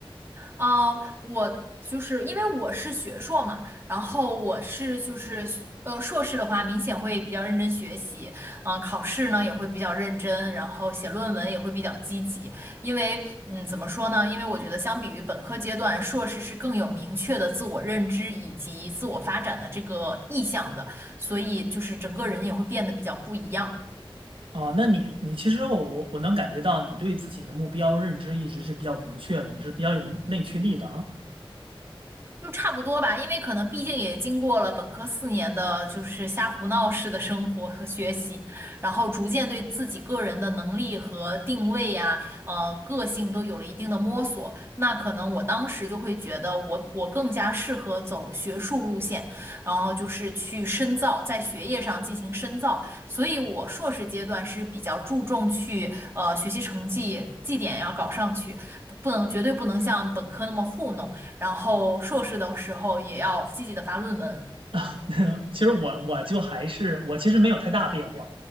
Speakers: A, on the right; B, on the right.
A: 呃，我就是因为我是学硕嘛，然后我是就是呃硕士的话，明显会比较认真学习，嗯、考试呢也会比较认真，然后写论文也会比较积极，因为嗯怎么说呢？因为我觉得相比于本科阶段，硕士是更有明确的自我认知以及自我发展的这个意向的，所以就是整个人也会变得比较不一样。
B: 样哦，那你你其实我我我能感觉到你对自己的目标认知一直是比较明确的，你是比较有内驱力的啊。
A: 就差不多吧，因为可能毕竟也经过了本科四年的，就是瞎胡闹式的生活和学习，然后逐渐对自己个人的能力和定位呀、呃，个性都有了一定的摸索。那可能我当时就会觉得我，我更加适合走学术路线，然后就是去深造，在学业上进行深造。所以我硕士阶段是比较注重去呃学习成绩绩点要搞上去，不不能绝对不能像本科那么糊弄。然后硕士的时候也要积极的发论文。
B: <laughs> 其实我我就还是我其实没有太大变化，